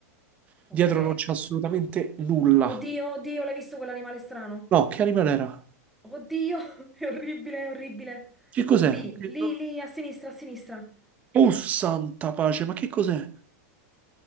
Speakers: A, on the right; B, in the centre.
A: Dietro
B: Ok.
A: non c'è assolutamente nulla.
B: Oddio, oddio, l'hai visto quell'animale strano?
A: No, che animale era?
B: Oddio, <laughs> è orribile, è orribile.
A: Che cos'è?
B: Lì,
A: Che
B: lì,
A: non-
B: lì, a sinistra, a sinistra.
A: Oh, santa pace, ma che cos'è?